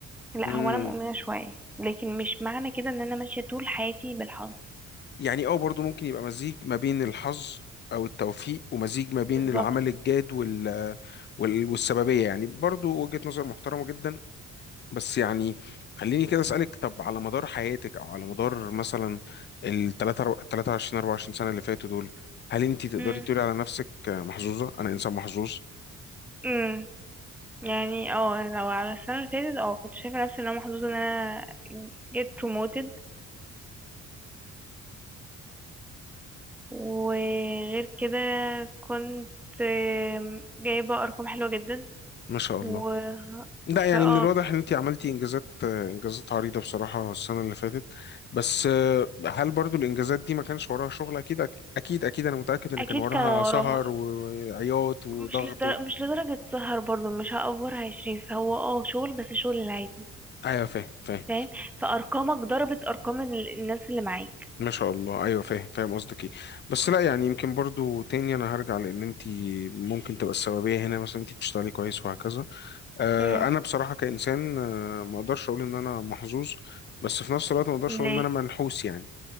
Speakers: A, in the centre; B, on the left (about 35°).
A: لا
B: مم.
A: هو انا مؤمنه شويه لكن مش معنى كده ان انا ماشيه طول حياتي بالحظ
B: يعني اه برضو ممكن يبقى مزيج ما بين الحظ أو التوفيق ومزيج ما بين
A: بالظبط
B: العمل الجاد وال وال- والسببية يعني برضو وجهة نظر محترمة جدا بس يعني خليني كده أسألك طب على مدار حياتك أو على مدار مثلا ال 23 24 سنة اللي فاتوا دول هل أنت تقدري
A: امم
B: تقولي على نفسك محظوظة؟ أنا إنسان محظوظ
A: امم يعني اه لو على السنه اللي فاتت اه كنت شايفه نفسي ان انا محظوظه ان انا get promoted وغير كده كنت آم، جايبة أرقام حلوة جدا
B: ما شاء الله
A: و
B: لا يعني
A: فاه
B: من الواضح إن أنت عملتي إنجازات إنجازات عريضة بصراحة السنة اللي فاتت بس آه، هل برضو الإنجازات دي ما كانش وراها شغل أكيد أكيد أكيد أنا متأكد إن
A: أكيد
B: كان وراها
A: كان وراها
B: سهر وعياط وضغط
A: مش لدر...
B: و...
A: مش لدرجة سهر برضو مش هأفورها يا شريف هو اه شغل بس شغل العادي
B: أيوه فاهم فاهم
A: فاهم فأرقامك ضربت أرقام ال- الناس اللي معاك
B: ما شاء الله ايوه فاهم فاهم قصدك ايه بس لا يعني يمكن برضو تاني انا هرجع لان انت ممكن تبقى السببيه هنا مثلا انت بتشتغلي كويس وهكذا آه
A: امم
B: انا بصراحه كانسان آه ما اقدرش اقول ان انا محظوظ بس في نفس الوقت ما اقدرش
A: ليه
B: اقول ان انا منحوس يعني